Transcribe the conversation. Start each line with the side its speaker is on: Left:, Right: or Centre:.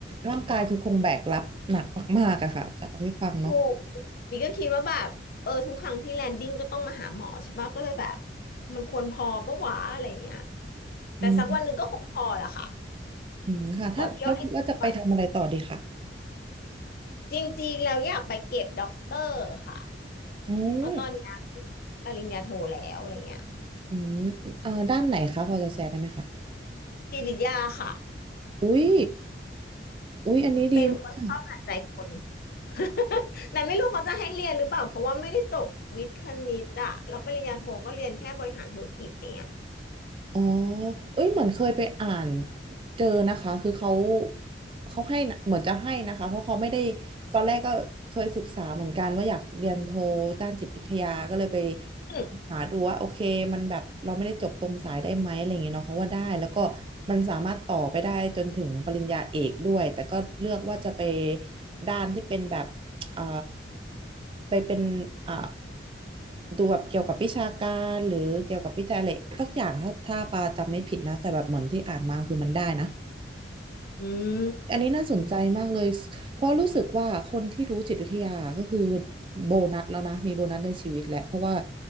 Right: ร่างกายคือคงแบกรับหนักมากๆอะค่ะจากที่ฟังเนาะ
Left: ถูกบีก็คิดว่าแบบเออทุกครั้งที่แลนดิ้งก็ต้องมาหาหมอใช่ปะก็เลยแบบมันควรพอปะวะอะไรเงี้ยแต่สักวันหนึ่งก็คงพอแหละค่ะ
Right: อืม อืมค่ะถ้าเราคิดว่าจะไปทำอะไรต่อดีค่ะ
Left: ขอเที่ยวให้ก่อนจริงๆแล้วอยากไปเก็บด็อกเตอร์ค่ะ
Right: อืม
Left: เพราะตอนเนี้ยปริญญาโทแล้วอะไรเงี้ย
Right: อืมเอ่อด้านไหนคะพอจะแชร์ได้ไหมคะ
Left: จิตวิทยาค่ะ
Right: อุ้ยอุ้ยอันนี้ดีมาก
Left: เป็นคนชอบอ่านใจคน <laughs> แต่ไม่รู้เขาจะให้เรียนหรือเปล่าเพราะว่าไม่ได้จบวิทย์คณิตอะแล้วปริญญาโทก็เรียนแค่บริหารธุรกิจอะไรเงี้ย
Right: อ๋อเอ้ยเหมือนเคยไปอ่านเจอนะคะคือเขาเขาให้นะเหมือนจะให้นะคะ เพราะเขาไม่ได้ตอนแรกก็เคยศึกษาเหมือนกันว่าอยากเรียนโทด้านจิตวิทยาก็เลยไป
Left: อ
Right: หาดูว่าโอเคมันแบบเราไม่ได้จบตรงสายได้ไหมอะไรอย่างเงี้ยเนาะเขาว่าได้แล้วก็มันสามารถต่อไปได้จนถึงปริญญาเอกด้วยแต่ก็เลือกว่าจะไปด้านที่เป็นแบบ เอ่อไปเป็นอ่าดูแบบเกี่ยวกับวิชาการหรือเกี่ยวกับวิจัยอะไรสักอย่างถ้าถ้าปาจำไม่ผิดนะแต่แบบเหมือนที่อ่านมาคือมันได้นะ
Left: ืม
Right: อันนี้น่าสนใจมากเลยเพราะรู้สึกว่าคนที่รู้จิตวิทยาก็คือ
Left: อืม
Right: โบนัสแล้วนะมีโบนัสในชีวิตแหละเพราะว่า